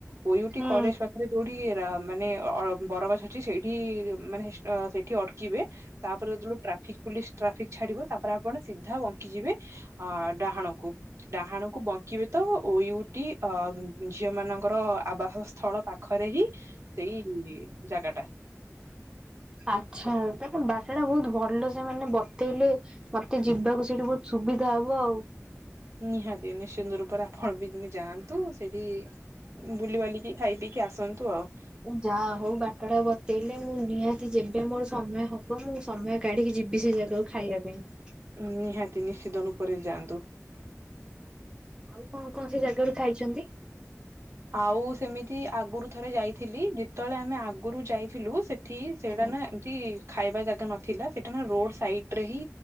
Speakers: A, on the right; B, on the right.
A: ଓ ୟୁ ଟି
B: ହୁଁ
A: କଲେଜ ପାଖରେ ଯୋଉଟି ଠି ର ମାନେ ଅ ବରଗଛ ଅଛି। ସେଇଠି-ଇ ମାନେ ସେଠି ଅଟ୍ କିବେ, ତା'ପରେ ଯେତେବେଳୁ ଟ୍ରାଫିକ୍ ପୁଲିସ ଟ୍ରାଫିକ୍ ଛାଡିବ। ତା'ପରେ ଆପଣ ସିଧା ବଙ୍କି ଯିବେ, ଅ ଡାହାଣକୁ। ଡାହାଣ କୁ ବଙ୍କିବେ ତ, ଓ ୟୁ ଟି ଅ ଝିଅ ମାନଙ୍କର ଆବାସ ସ୍ଥଳ ପାଖରେ ହି ସେଇ-ଇ ଜାଗାଟା।
B: ଆଚ୍ଛା, ତା ବାଟ ଟା ବହୁତ ଭଲ ସେ ମାନେ ବତେଇଲେ, ମତେ ଯିବାକୁ ସେଇଠି ବହୁତ ସୁ ସୁବିଧା ହବ ଆଉ।
A: ନିହାତି ନିଶ୍ଚିନ୍ତ ରୂପରେ ଆପଣ ବି ଦିନେ ଯାଆନ୍ତୁ ସେଇଠି ବୁଲିିବାଲିକି ଖାଇପିଇକି ଆସନ୍ତୁ ଆଉ।
B: ଯା ହଉ ବାଟଟା ବତେଇଲେ। ମୁଁ ନିହାତି ଯେବେ ମୋର ସମୟ ହବ ମୁଁ ସମୟ କାଢିକି ଯିବି ସେ ଜାଗାକୁ ଖାଇବା ପାଇଁ।
A: ନିହାତି ନିଶ୍ଚିତ ରୁପରେ ଯାଆନ୍ତୁ।
B: ଆଉ କଣ କଣ ସେ ଜାଗାରୁ ଖାଇଛନ୍ତି?
A: ଆଉ ସେମିତି ଆଗରୁ ଥରେ ଯାଇଥିଲି ଯେତେବେଳେ ଆମେ ଆଗରୁ ଯାଇଥିଲୁ ସେ ଠି ସେଇଟା
B: ହୁଁ
A: ନା ଏମତି ଖାଇବା ଜାଗା ନଥିଲା ସେଇଟା ନା ରୋଡ ସାଇଟରେ ହିଁ